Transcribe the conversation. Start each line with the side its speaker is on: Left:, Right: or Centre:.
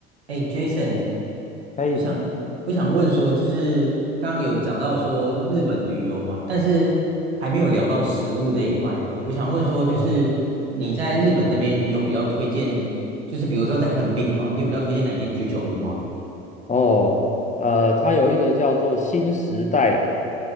Right: 哎，Jason，
Left: 哎，
Right: 我想我想问说，就是刚刚有讲到说日本旅游嘛，但是还没有聊到食物这一块。我想问说，就是你在日本那边，
Left: 哦，
Right: 你有比较推荐，就是比如说在横滨哈，你有比较推荐哪间居酒屋吗？
Left: 哦，呃，它有一个叫做新时代，